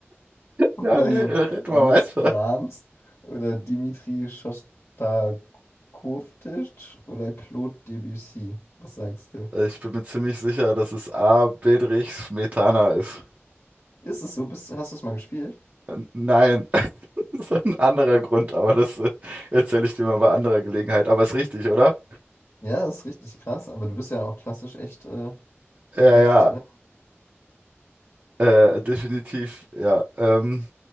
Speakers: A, on the left; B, on the right.
A: <laughs> oder
B: Ja, nee,
A: Johannes
B: äh, red mal weiter.
A: Brahms oder Dimitri Schostakowitsch oder Claude Debussy? Was sagst du?
B: Äh, Ich bin mir ziemlich sicher, dass es A. Bedrich Smetana ist.
A: Ist es so? Bist, hast du es mal gespielt?
B: Äh, Nein, <laughs> das ist ein anderer Grund, aber das äh, erzähle ich dir mal bei anderer Gelegenheit. Aber ist richtig, oder?
A: Ja, das ist richtig krass, aber du bist ja auch klassisch echt, äh,
B: Ja,
A: echt.
B: ja,
A: Äh,
B: äh, definitiv, ja. Ähm,